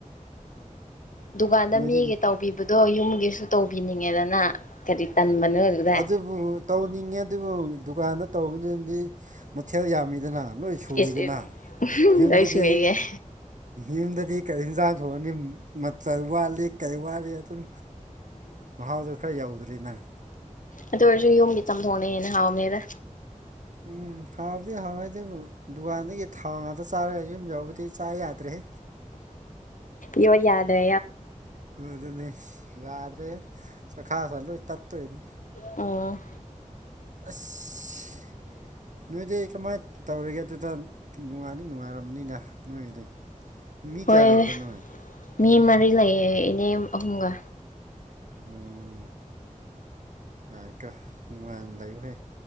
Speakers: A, on the left; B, on the right.
A: ꯗꯨꯀꯥꯟꯗ
B: ꯅꯣꯏꯗꯤ
A: ꯃꯤꯒꯤ ꯇꯧꯕꯤꯕꯗꯣ ꯌꯨꯝꯒꯤꯁꯨ ꯇꯧꯕꯤꯅꯤꯡꯉꯦꯗꯅ ꯀꯔꯤ ꯇꯟꯕꯅꯣ ꯑꯗꯨꯗ
B: ꯑꯗꯨꯕꯨ ꯇꯧꯅꯤꯡꯉꯦ ꯑꯗꯨꯕꯨ ꯗꯨꯀꯥꯟꯗꯥ ꯇꯧꯕꯗꯨꯅꯗꯤ ꯃꯊꯦꯜ ꯌꯥꯝꯃꯤꯗꯅ ꯂꯣꯏꯅꯥ ꯁꯨꯏꯗꯅ
A: ꯏꯁ ꯏꯁ
B: ꯌꯨꯝꯗꯗꯤ
A: ꯂꯣꯏ ꯁꯨꯏꯌꯦ
B: ꯌꯨꯝꯗꯗꯤ ꯀꯔꯤ ꯌꯦꯟꯖꯥꯡ ꯊꯣꯡꯑꯅꯤ ꯃꯆꯜ ꯋꯥꯠꯂꯤ ꯀꯩ ꯋꯥꯠꯂꯤ ꯑꯗꯨꯝ ꯃꯍꯥꯎꯗꯨꯣ ꯈꯔ ꯌꯧꯗ꯭ꯔꯤ ꯅꯪ
A: ꯑꯗꯨ ꯑꯣꯏꯔꯁꯨ ꯌꯨꯝꯒꯤ ꯇꯝꯊꯣꯛꯅꯩꯦꯅ ꯍꯥꯎꯅꯦꯗ
B: ꯎꯝ ꯍꯥꯎꯕꯗꯤ ꯍꯥꯎꯋꯦ ꯑꯗꯨꯕꯨ ꯗꯨꯀꯥꯟꯗꯒꯤ ꯊꯥꯎ ꯉꯥꯛꯇ ꯆꯥꯔꯒ ꯌꯨꯝ ꯌꯥꯎꯕꯗꯤ ꯆꯥ ꯌꯥꯗ꯭ꯔꯦꯍꯦ
A: ꯌ ꯌꯥꯗ꯭ꯔꯣ
B: ꯑꯗꯨꯅꯦ ꯌꯥꯗ꯭ꯔꯦ ꯆꯈꯥꯥꯎꯒꯥ ꯂꫭꯏꯅꯥ ꯇꯠꯇꯣꯏꯅꯤ
A: ꯑꯣ
B: ꯑꯁ ꯅꯣꯏꯗꯤ ꯀꯃꯥꯏꯅ ꯇꯧꯔꯤꯒꯦ ꯑꯗꯨꯗ ꯅꯨꯡꯉꯥꯏꯅꯤ ꯅꯨꯡꯉꯥꯏꯔꯃꯅꯤꯗ ꯅꯣꯏꯒꯤꯗꯤ꯫ ꯃꯤ
A: ꯍꯣꯏ
B: ꯀꯌꯥ ꯂꯩꯕ꯭ꯔꯥ ꯅꫭꯏ꯫
A: ꯃꯤ ꯃꯔꯤ ꯂꯩꯑ ꯏꯅꯦ ꯑꯍꯨꯝꯒ꯫
B: ꯑꯣꯝ ꯌꯥꯀꯣ ꯅꯨꯡꯉꯥꯏꯅ ꯂꯩꯌꯨꯍꯦ꯫